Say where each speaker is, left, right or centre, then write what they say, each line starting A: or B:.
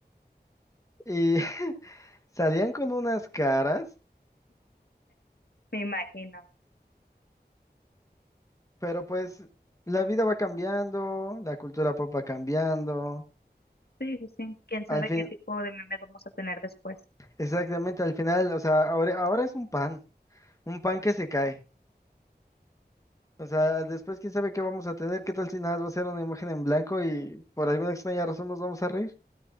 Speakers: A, on the left (about 20°); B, on the left (about 65°).
A: y <laughs> salían con unas caras.
B: me imagino.
A: Pero pues la vida va cambiando, la cultura pop va cambiando.
B: Sí, sí, sí. Quién sabe
A: Al fin,
B: qué tipo de memes vamos a tener después.
A: exactamente, al final, o sea, ahora, ahora es un pan, un pan que se cae. O sea, después quién sabe qué vamos a tener, qué tal si nada más va a ser una imagen en blanco y por alguna extraña razón nos vamos a reír.